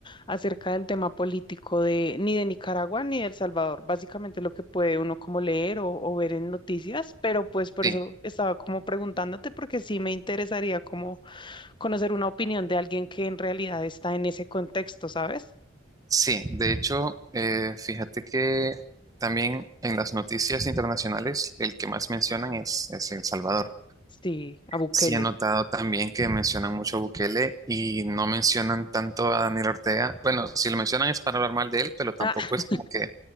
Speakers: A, on the left; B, on the right.
A: acerca del tema político de ni de Nicaragua ni de El Salvador, básicamente lo que puede uno como leer o, o ver en noticias, pero pues por
B: Sí.
A: eso estaba como preguntándote porque sí me interesaría como conocer una opinión de alguien que en realidad está en ese contexto, ¿sabes?
B: Sí, de hecho, eh, fíjate que también en las noticias internacionales el que más mencionan es, es El Salvador.
A: Sí, a Bukele.
B: Sí he notado también que mencionan mucho a Bukele y no mencionan tanto a Daniel Ortega. Bueno, si lo mencionan es para hablar mal de él, pero tampoco
A: Ah, <laughs>
B: es como que,